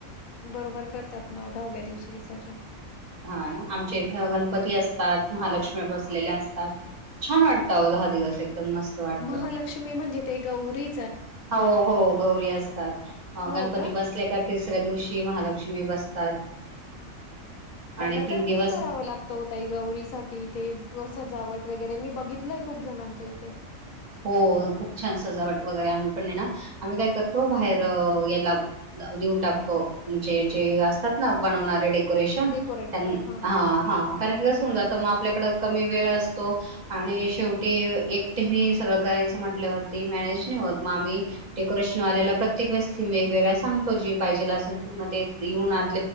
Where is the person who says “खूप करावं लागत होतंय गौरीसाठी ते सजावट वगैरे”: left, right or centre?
Left